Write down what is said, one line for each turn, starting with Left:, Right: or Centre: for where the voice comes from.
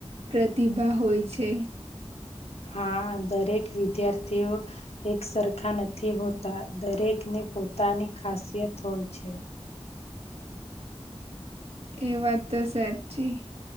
Right: પ્રતિભા હોય છે.
Left: હા દરેક વિદ્યાર્થીઓ એક સરખા નથી હોતા દરેકને પોતાની ખાસિયત હોય છે
Right: એ વાત તો સાચી